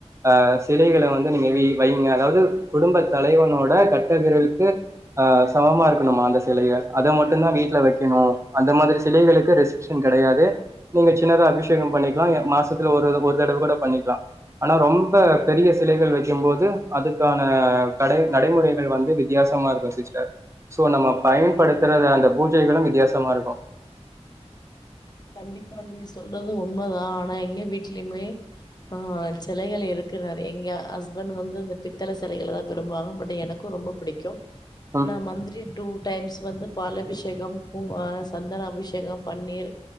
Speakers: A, on the right; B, on the left.
A: அ சிலைகள வந்து நீங்க வெய் வைங்க அதாவது குடும்ப தலைவனோட கட்டவிரலுக்கு ஆ சமமா இருக்கணுமா அந்த சிலைய அத மட்டுந்தா வீட்ல வெக்கணு அந்த மாதிரி சிலைகளுக்கு ரெசிப்ஷன் கெடையாது நீங்க சின்னதா அபிஷேகம் பண்ணிக்கலா மாசத்துல ஒரு ஒரு தடவ கூட பண்ணிக்லா ஆனா ரொம்ப பெரிய சிலைகள் வக்கு போது அதுக்கான நடை நடைமுறைகள் வந்து வித்தியாசமா இருக்கு சிஸ்டர் சோ நம்ம பயன் படுத்துறத அந்த பூஜைகளும் வித்தியாசமா இருக்கு
B: கண்டிப்பா நீங்க சொல்றது உண்மதா ஆனா எங்க வீட்லயுமே ஆ சிலைகள் இருக்கு நெறை எங்க ஹஸ்பண்ட் வந்து இந்த பித்தள சிலைகள்தா விரும்புவாங்க பட் எனக்கு க்கு ரொம்ப பிடிக்கு
A: ம்
B: நா மந்திரி டூ டைம்ஸ் வந்து பால் அபிஷேகம் பூ அ சந்தன அபிஷேகம் பன்னீர்